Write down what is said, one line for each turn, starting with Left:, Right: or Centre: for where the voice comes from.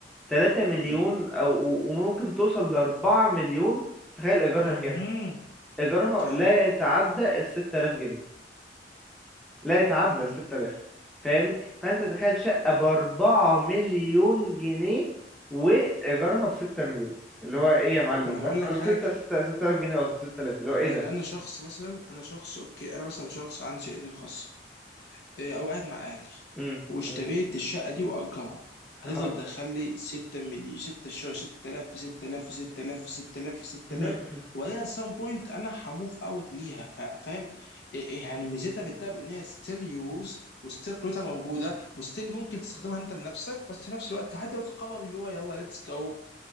Centre: تلاتة مليون
Left: يعني
Centre: أو و- وممكن توصل لأربعة مليون تخيل إيجارها
Left: اها
Centre: كام؟ إيجارها
Left: كام
Centre: لا يتعدى الستة آلاف جنيه لا يتعدى
Left: مم.
Centre: الستة آلاف فاهمني؟ فأنت تخيل شقة بأربعة مليون جنيه وإيجارها بستة مليون اللي هو إيه يا معلم
Left: ما
Centre: ده؟
Left: هقول لك
Centre: قصدي
Left: حاجه
Centre: ستة ستة ستة آلاف جنيه قصدي ستة آلاف اللي هو إيه
Left: ما
Centre: ده؟
Left: انا انا شخص مثلا انا شخص اوكي انا مثلا شخص عندي شهادتي الخاصه إيه، او قاعد مع اهلي
Centre: مم،
Left: واشتريت
Centre: مم،
Left: الشقه دي واجرها هتفضل
Centre: أها.
Left: تدخل لي 6 مليون 6 شهور 6000 في 6000 في 6000 في 6000 في 6000
Centre: <laughs>
Left: وبعدين سام بوينت انا هموف اوت ليها فا- فاهم إيه- إيه يعني ميزتها في الدهب ان هي ستيل يوز وستيل قيمتها موجوده وستيل ممكن تستخدمها انت لنفسك بس في نفس الوقت لحد ما تقرر اللي هو يلا ليتس جو